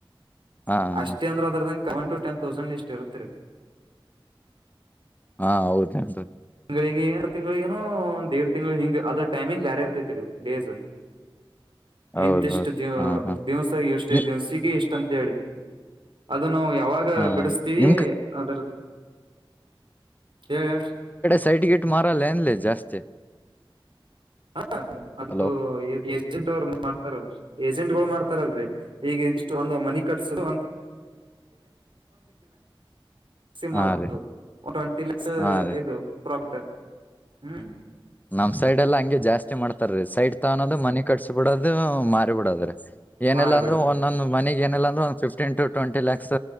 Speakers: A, on the left (about 20°); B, on the right (about 65°).
A: ಹಾ ಹಾ
B: ಅಷ್ಟೇ ಅಂದ್ರೆ ಅದರ ಸವೆನ್ ಟು ಟೆನ್ ತೌಸಂಡ್ ಇಷ್ಟ್ ಇರುತ್ ರೀ
A: ಹಾ ಹೌದ ಏನ್ರೀ
B: ತಿಂಗಳಿಗೆ ಏಡ್ ತಿಂಗಳಿಗೆ ಏನೋ ಒಂದೇಡ್ ತಿಂಗಳು ಹಿಂಗ್ ಅದ್ರ ಟೈಮಿಂಗ್ ಬೇರೆ ಇರ್ತೈತಿರಿ ಡೇಸ್
A: ಹೌದೌದು
B: ಎಂತಿಷ್ಟು ದಿವ್
A: ಹಾ ಹಾ
B: ದಿವಸ ಎಷ್ಟು
A: ನಿ-
B: ದಿವಸಗ ಇಷ್ಟ ಅಂತ ಹೇಳಿ ಅದನ್ನು ನಾವು ಯಾವಾಗ
A: ಹಾ
B: ಬಿಡಿಸತೀವಿ
A: ನಿಮ್ ಕ
B: ಅದರದ್ದು ಹೇಳ್ ಯಾರ್
A: ಸೈಡ್ ಗೇಟ್ ಮಾರಲ್ಲ ಏನ್ಲೆ ಜಾಸ್ತಿ
B: ಹ ಅದು
A: ಹಲೋ
B: ಏಜೆಂಟ್ ಅವರು ಮಾಡ್ತಾರಲ್ರಿ ಏಜೆಂಟ್ಗಳು ಮಾಡ್ತಾರಲ್ರರಿ ಈಗ ಇಷ್ಟು ಒಂದು ಮನಿ ಕಟ್ಸ <unintelligible> <unintelligible> ಒಂದ್
A: ಹಾ ರೀ
B: ಟ್ವೆಂಟಿ ಲ್ಯಾಖ್ಸ್ಸು
A: ಹಾ ರೀ
B: ಇದು ಪ್ರಾಫಿಟ್ ಹ್ಮ
A: ನಮ ಸೈಡ್ ಎಲ್ಲಾ ಹಂಗೆ ಜಾಸ್ತಿ ಮಾಡ್ತಾರೀ ಸೈಡ್ ತಗಾನೋದು ಮನಿ ಕಟ್ಸ ಬಿಡೋದು ಮಾರಿ ಬಿಡೋದ್ರಿ ಏನೆಲ್ಲ
B: ಮಾರಿ
A: ಅಂದ್ರರು
B: ಬಿಡು
A: ಒಂದೊಂದ್ ಮನೆಗ್ ಏನಲ್ಲ ಅಂದ್ರ ಒಂದ ಫಿಫ್ಟೀನ್ ಟು ಟ್ವೆಂಟಿ ಲ್ಯಾಕ್ಸ್